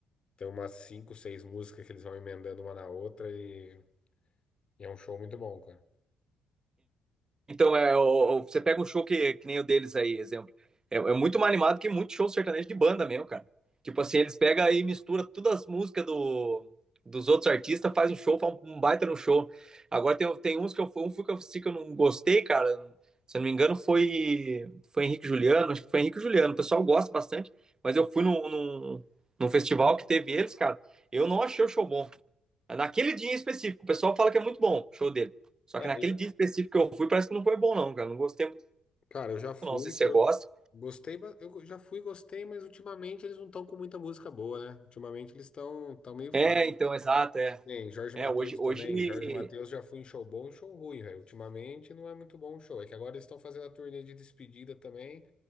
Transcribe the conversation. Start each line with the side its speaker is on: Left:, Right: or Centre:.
Left: tem umas cinco, seis músicas que eles vão emendando uma na outra e, e é um show muito bom, cara.
Right: Então, é, o- o- você pega um show que, que nem o deles aí, exemplo. É, é muito mais animado que muito show sertanejo de banda mesmo, cara. Tipo assim, eles pegam aí e misturam todas as músicas do, dos outros artistas, faz um show, faz um, um baita no show. Agora tem, tem uns que eu, fui- um fui que eu, assisti que eu não gostei, cara. Se eu não me engano, foi, foi Henrique e Juliano. Acho que foi Henrique e Juliano. O pessoal gosta bastante, mas eu fui num, num, num festival que teve eles, cara. Eu não achei o show bom. Naquele dia em específico, o pessoal fala que é muito bom show dele. Só
Left: É,
Right: que naquele
Left: eu já-
Right: dia específico que eu fui, parece que não foi bom, não, cara. Não gostei muito,
Left: cara, eu já fui,
Right: não. Se você
Left: go-
Right: gosta.
Left: gostei, ba- eu já fui, gostei, mas ultimamente eles não estão com muita música boa, né? Ultimamente eles estão tão tão meio fracos.
Right: É, então, exato, é.
Left: Tem Jorge
Right: É,
Left: Mateus
Right: hoje,
Left: também.
Right: hoje.
Left: Jorge Mateus já foi em show bom e show ruim, velho. Ultimamente não é muito bom o show. É que agora eles estão fazendo a turnê de despedida também.